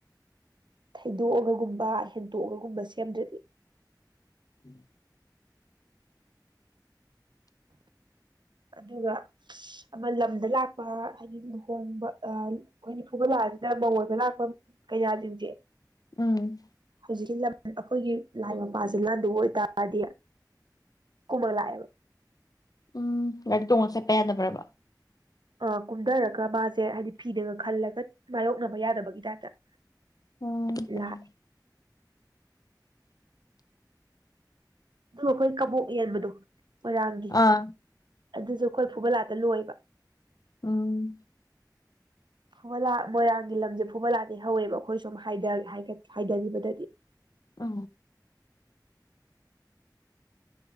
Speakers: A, on the right; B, on the left.
A: ꯊꯩꯗꯣꯛꯑꯒ ꯒꯨꯝꯕ ꯍꯦꯟꯇꯣꯛꯑꯒꯨꯝꯕ ꯁꯦꯝꯗ꯭ꯔꯗꯤ
B: ꯎꯝ
A: ꯑꯗꯨꯒ ꯑꯃ ꯂꯝꯗ ꯂꯥꯛꯄ ꯍꯥꯏꯗꯤ ꯂꯨꯍꯣꯡꯕ ꯑ ꯑꯩꯈꯣꯏꯒꯤ ꯐꯨꯕꯂꯥꯁꯤꯗ ꯃꯧ ꯑꯣꯏꯕ ꯂꯥꯛ ꯑꯝ ꯀꯩꯌꯥꯥꯁꯤꯡꯁꯦ
B: ꯎꯝ
A: ꯍꯧꯖꯤꯛꯀꯤ ꯂꯝ ꯑꯩꯈꯣꯏꯒꯤ ꯂꯥꯏ ꯃꯄꯥꯁꯦ ꯂꯥꯟꯗ ꯑꯣꯏꯇꯥꯔꯗꯤ ꯀꯏꯝꯃ ꯂꯛ ꯑꯕ
B: ꯎꯝ ꯒꯥꯔꯤ ꯇꯣꯡꯉ ꯆꯦꯠꯄ ꯌꯥꯗꯕ꯭ꯔꯕ
A: ꯑ ꯀꯨꯝꯊꯔꯒ ꯃꯥꯁꯦ ꯍꯥꯏꯗꯤ ꯐꯤꯗꯒ ꯈꯜꯂꯒ ꯃꯥꯥꯏꯌꯣꯛꯅꯕ ꯌꯥꯗꯕꯒꯤ ꯇꯥꯏꯞꯇ
B: ꯎꯝ
A: ꯂꯥꯛꯑꯦ ꯑꯗꯨ ꯑꯩꯈꯣꯏ ꯀꯕꯣꯛ ꯌꯦꯟꯕꯗꯣ ꯃꯣꯏꯔꯥꯡꯒꯤ
B: ꯑꯥ
A: ꯑꯗꯨꯁꯨ ꯑꯩꯈꯣꯏ ꯐꯨꯕ ꯂꯥꯠꯇ ꯂꯣꯏꯕ
B: ꯎꯝ
A: ꯐꯨꯕꯂꯥ ꯃꯣꯏꯔꯥꯡꯒꯤ ꯂꯝꯁꯦ ꯐꯨꯕ ꯂꯥꯟꯗꯩ ꯍꯧꯋꯦꯕ ꯑꯩꯈꯣꯏ ꯁꯨꯝ ꯍꯥꯏꯊꯈꯤꯕꯗꯗꯤ
B: ꯑ